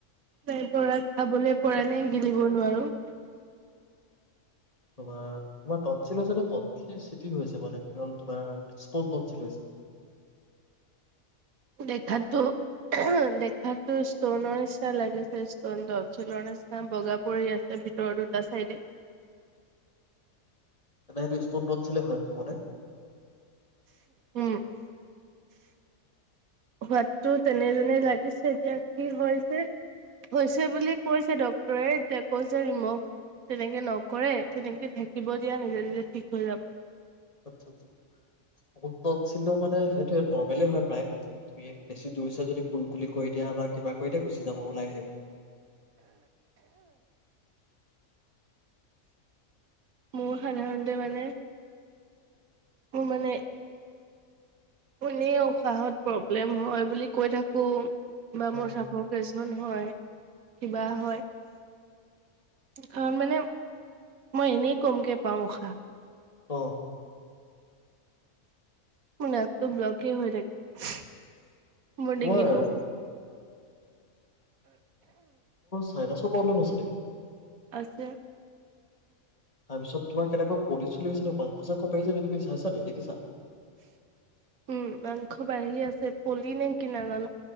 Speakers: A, on the right; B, on the left.
A: নাই পৰা খাবলে পৰা নাই গিলিব নোৱাৰো।
B: তোমাৰ তোমাৰ তটছিল হৈছে নে তট। <unintelligible> তোমাৰ ইষ্টন তনছিল হৈছে
A: দেখাতো দেখাতো ষ্টনৰ নিচিনা লাগিছে ষ্টন তনচিলৰ নিচিনা বগা পৰি আছে ভিতৰৰ দুটা চাইডে
B: তেনে সেইটো ষ্টনতনশিলেই হয় মোৰ মতে
A: উম সোৱাদটো তেনে যেনে লাগিছে এতিয়া কি হৈছে হৈছে বুলি কৈছে ডক্তৰে এতিয়া কৈছে ৰিমভ তেনেকে নকৰে তেনেকে থাকিব দিয়া নিজে নিজে ঠিক হৈ যাব।
B: আচ্ছা আচ্ছা অল সিন্ধু মানে নৰ্মলে হয় প্ৰায় তুমি বেছি জোৰছে যদি কোন কুলি কৰি দিয়া বা কিবা কৰি গুচি যাব ওলাই আহিব
A: মোৰ সাধাৰণতে মানে মোৰ মানে কোনেও উশাহত প্ৰব্লেম হয় বুলি কৈ থাকো। বা
B: অ',
A: মোৰ চাপৰ কিছুমান হয় কিবা হয় কাৰণ মানে মই এনেই কমকে পাওঁ উশাহ
B: অ
A: মোৰ নাকটো ব্লকে হৈ থাক মোৰ
B: তোমাৰ
A: ডিঙিটো
B: সাইনাছৰ প্ৰব্লেম হৈছে নেকি?
A: আছে
B: তাৰপিছত তোমাৰ কেনেুকোৱা পলি চলি নিচিনা মাংস চাংখ পাৰিছানে তুমি চাইছানে দেখিছা‌?
A: উম মাংস বাঢ়ি আছে পলি নে কি নাজানো